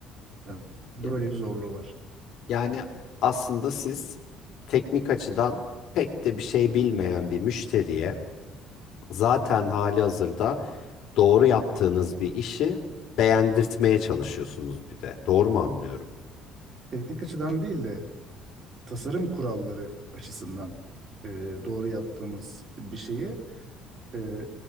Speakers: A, on the right (about 30°); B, on the left (about 55°).
A: Yani böyle
B: Ya-
A: bir zorluğu var.
B: Yani aslında siz teknik açıdan pek de bir şey bilmeyen bir müşteriye zaten hali hazırda doğru yaptığınız bir işi beğendirtmeye çalışıyorsunuz bir de. Doğru mu anlıyorum?
A: Teknik açıdan değil de tasarım kuralları açısından e, doğru yaptığımız bir şeyi e,